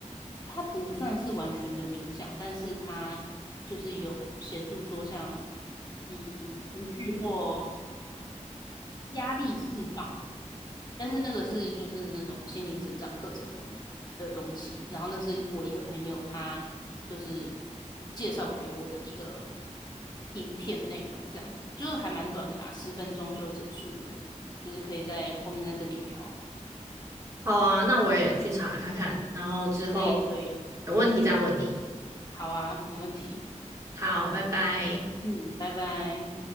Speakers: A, on the left; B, on the right.
A: 它不算是完全的冥想，但是它就是有协助说像嗯情绪或压力释放的，但是那个是就是那种心灵成长课程的的东西，然后那是我一个朋友他就是介绍给我的一个影片内容，这样就是还蛮短的啦，十分钟就结束了，就是可以在后面再跟你聊。
B: 好啊，那我也去查看看，然后之后
A: 可以可以，
B: 有问题再问你。
A: 好啊，没问题。
B: 好，拜拜。
A: 嗯，拜拜。